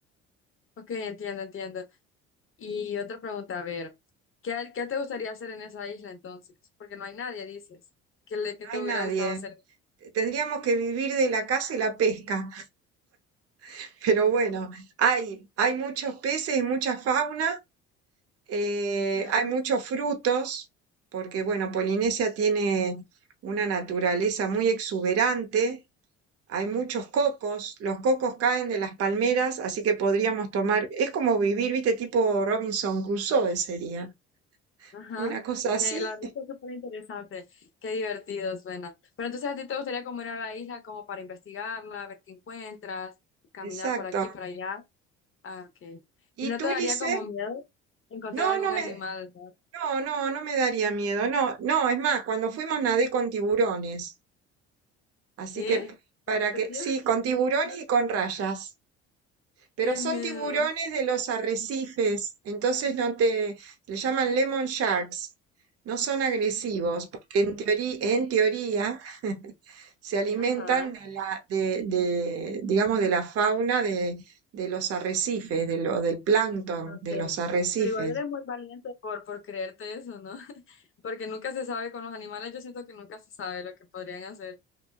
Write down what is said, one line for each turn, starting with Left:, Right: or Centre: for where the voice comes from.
Left: Ok, entiendo, entiendo. Y otra pregunta, a ver, ¿qué, qué te gustaría hacer en esa isla entonces? Porque no hay nadie, dices. ¿Qué, le, qué
Right: no
Left: te
Right: hay
Left: hubiera
Right: nadie.
Left: gustado hacer? en
Right: Tendríamos
Left: esa isla?
Right: que vivir de la caza y la pesca, <laughs> pero bueno, hay, hay muchos peces y mucha fauna Eh,
Left: Ajá.
Right: hay muchos frutos, porque bueno, Polinesia tiene una naturaleza muy exuberante, hay muchos cocos, los cocos caen de las palmeras, así que podríamos tomar, es como vivir, viste, tipo Robinson Crusoe sería,
Left: Ajá,
Right: una cosa así.
Left: que la verdad que es súper interesante, qué divertido suena. Pero entonces a ti te gustaría como ir a la isla como para investigarla, ver qué encuentras, caminar
Right: Exacto.
Left: por aquí, por allá. Ah, ok.
Right: ¿Y
Left: ¿Y no
Right: tú,
Left: te daría
Right: Lice?
Left: como miedo encontrar
Right: No,
Left: algún
Right: no
Left: animal?
Right: me,
Left: ¿no?
Right: no, no, no me daría miedo, no, no, es más, cuando fuimos nadé con tiburones, así
Left: ¿Qué?
Right: que p-
Left: ¿En
Right: para
Left: serio?
Right: que, sí,
Left: <laughs>
Right: con tiburones
Left: No,
Right: y con rayas. Pero
Left: qué
Right: son
Left: miedo.
Right: tiburones de los arrecifes, entonces no te, le llaman lemon sharks. No son agresivos, porque en teoría, en teoría se alimentan
Left: Ajá,
Right: de la, de, de, digamos, de la fauna de, de los arrecifes, de lo, del plancton
Left: ok.
Right: de los arrecifes.
Left: Pero igual eres muy valiente por, por creerte eso, ¿no? <laughs> Porque nunca se sabe con los animales, yo siento que nunca se sabe lo que podrían hacer.